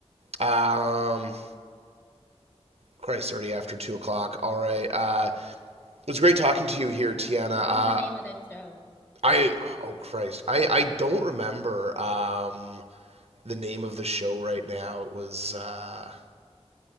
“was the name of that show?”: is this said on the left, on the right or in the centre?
Left